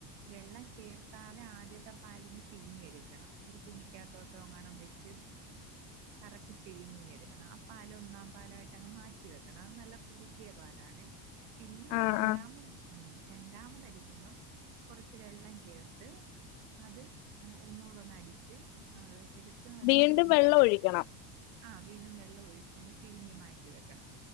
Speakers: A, on the right; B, on the left.
A: വെള്ളം ചേർക്കാതെ ആദ്യത്തെ പാലിഞ്ഞ് പിഴിഞ്ഞി എടുക്കണം ഒരു തുണിക്കാത്തോട്ടോ അങ്ങാണം വെച്ച് കറക്കി പിഴിഞ്ഞിങ്ങ് എടുക്കണം ആ പാല് ഒന്നാം പാലായിട്ട് അങ്ങ് മാറ്റി വെക്കണം അത് നല്ല കുറുകിയ പാലാണ് പിന്നെ
B: ആഹ്
A: രണ്ടാം
B: ആഹ്
A: <unintelligible> രണ്ടാമത് അടിക്കുമ്പം കൊറച്ച് വെള്ളം ചേർത്ത് അത് ഒന്നൂട ഒന്ന് അടിച്ച് എടുത്ത് അതും
B: വീണ്ടും
A: പിഴിഞ്ഞ്
B: വെള്ളം ഒഴിക്കണം.
A: ആഹ് വീണ്ടും വെള്ളോഴിച്ച് ഒന്ന് പിഴിഞ്ഞു മാറ്റി വെക്കണം